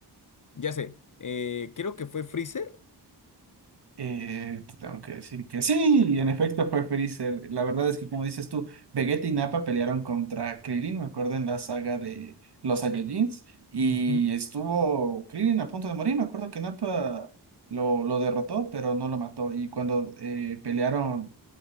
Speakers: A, on the left (about 45°); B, on the right (about 65°).
A: Ya sé, eh, creo que fue Freezer.
B: Eh, te tengo que decir que sí, y en efecto fue Freezer. La verdad es que, como dices tú, Vegeta y Nappa pelearon contra Krillin, me acuerdo, en la saga de los Saiyajins, y
A: Ujú.
B: estuvo Krillin a punto de morir. Me acuerdo que Nappa lo, lo derrotó, pero no lo mató. Y cuando eh, pelearon